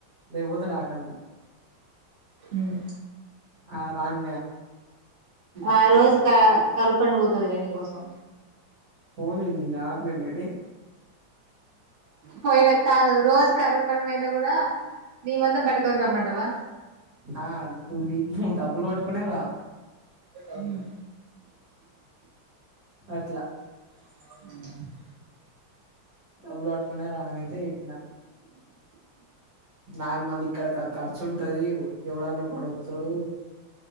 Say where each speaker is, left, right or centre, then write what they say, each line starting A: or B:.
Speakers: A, on the right; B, on the right.
A: లేకపోతే రాకన్నా
B: ఉమ్
A: ఆ రాన్
B: ఆ రోజు క కరుపని పోతది రే నీ కోసం
A: పోనెంది ఇంగ ఆగట్లేను గని
B: పోయిన కాదు రోజు కరుపని పోయినా కూడా నీ వందం పట్కొని రమ్మంటవా
A: ఆ నువ్వు నువ్వు డబ్బులు పట్టుకునే రా
B: ఉమ్
A: అట్లా
B: అ
A: డబ్బులు పట్టుకొనే రా అనైతే చెప్పిన నాకు మళ్ళీ ఇక్కడ ఖర్చు ఉంటది ఎవడన్నా కూడా వస్తాడు